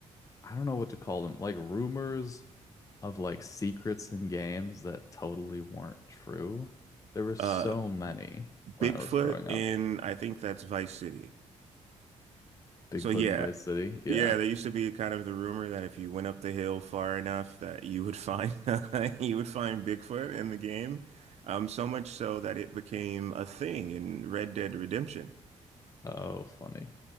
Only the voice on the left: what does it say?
I don't know what to call them, like rumors of like secrets in games that totally weren't true? There were so
many when
I was growing
up.
Bigfoot
in Vice City. Yeah.
Oh, funny.